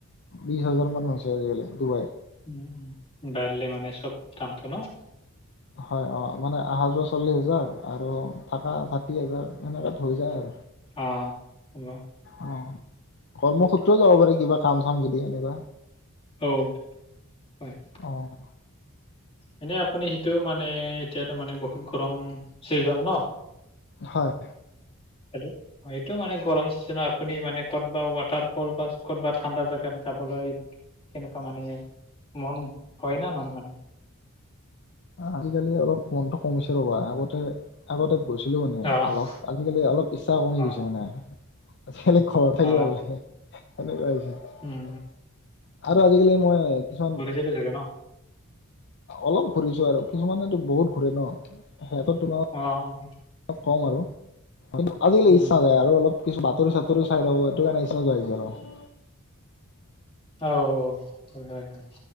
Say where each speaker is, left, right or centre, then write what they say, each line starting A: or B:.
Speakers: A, on the left; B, on the left.
A: বিছ হাজাৰ মান হৈছে আজিকালি ডুবাই <unintelligible>
B: উম-উম। বাঢ়িল মানে চব দামটো ন <unintelligible>
A: হয় অঁ মানে অহা-যোৱা চল্লিশ হাজাৰ আৰু থাকা ষাঠি হাজাৰ সেনেকাত হৈ যায় আৰু। <unintelligible>
B: অঁ হ'ব। <unintelligible>
A: অঁ <inaudible> কৰ্মসূত্ৰেও যাব পাৰে, কিবা কাম-চাম যদি এনেকুৱা <unintelligible>
B: <unintelligible> হয়।
A: অঁ <inaudible>
B: এনেই আপুনি সেইটো মানে <inaudible> এতিয়াতো মানে বহুত গৰম চিজন ন
A: হয়
B: <unintelligible> সেইটো মানে গৰম চিজনত আপুনি মানে ক'ত বা ৱাটাৰ ফল বা ক'ত বা ঠাণ্ডা জেগাত যাবলৈ <unintelligible> কেনেকুৱা মানে মন হয় ন নহয় মানে <unintelligible>
A: আজিকালি অলপ মনটো কমিছে ৰ'বা আগতে <unintelligible> আগতে গৈছিলো মানে
B: অ
A: অলপ, আজিকালি অলপ ইচ্ছা কমি
B: অ
A: গৈছে মানে। <inaudible> আজিকালি ঘৰত থাকি
B: অ
A: ভাল লাগে, সেনেকুৱা হৈছে। <unintelligible>
B: উম
A: <inaudible> আৰু আজিকালি মই কিছুমান
B: <unintelligible> জেলে থাকে ন?
A: অলপ ঘুৰিছো আৰু কিছুমানেটো বহুত ঘূৰে ন সিহঁতৰ তুলনাত <unintelligible>
B: অঁ <inaudible>
A: অলপ কম আৰু। কিন্তু আজিকালি
B: উম
A: ইচ্ছা যায় আৰু অলপ <unintelligible> কিছু বাতৰি-চাতৰি চাই থাকো এইটো কাৰণে ইচ্ছা যায় <unintelligible> আৰু <inaudible>
B: অ! হয়-হয়-হয়